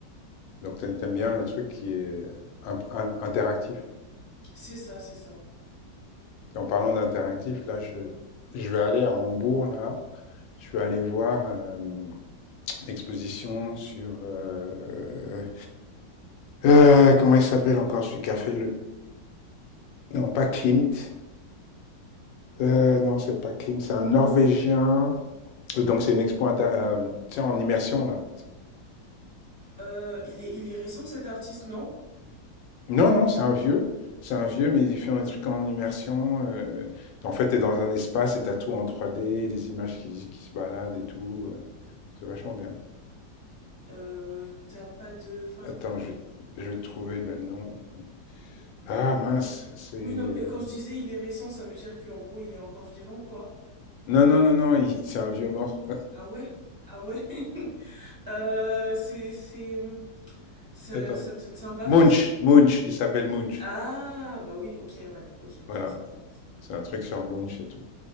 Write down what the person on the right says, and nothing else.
c'est ça c'est ça
Euh, il est il est récent cet artiste non
Euh, t'as pas de enfin
Oui, non, et quand je disais il est récent, ça veut dire qu'en gros, il est encore vivant, quoi.
Ah ouais? Ah ouais? <laughs> Euh, c'est, c'est, hum, ça,
ça te, sympa,
enfin, ça-
Ah, bah oui, ok, ouais, ok, ok,
sympa, sympa.